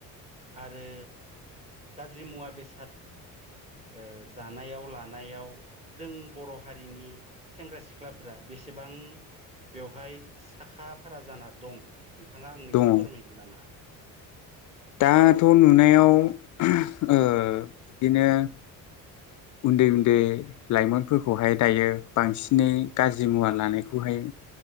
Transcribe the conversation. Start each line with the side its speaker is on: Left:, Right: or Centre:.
Right: आरो गाज्रि मुवा बेसाद ओ जानायाव लानायाव जों बर' हारिनि सेंग्रा सिख्लाफोरा बे एसेबां बेवहाय साखा फारा जाना दं थाङा आंनो एसे
Left: दङ
Right: फोरमायगोन नामा?
Left: दाथ' नुनायाव <unintelligible> ओ दिनो उन्दै उन्दै लाइमोनफोरखौहाय दायो बांसिनै गाज्रि मुवा लानायखौहाय